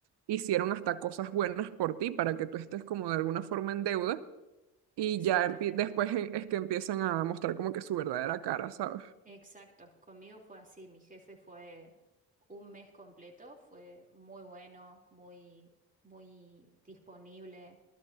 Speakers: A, on the right (about 60°); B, on the right (about 15°).
A: hicieron hasta cosas buenas por ti para que tú estés como de alguna forma en deuda y
B: Exactamente.
A: ya empie- después e- es que empiezan a mostrar como que su verdadera cara, ¿sabes?
B: Exacto, conmigo fue así, mi jefe fue un mes completo, fue muy bueno, muy, muy disponible,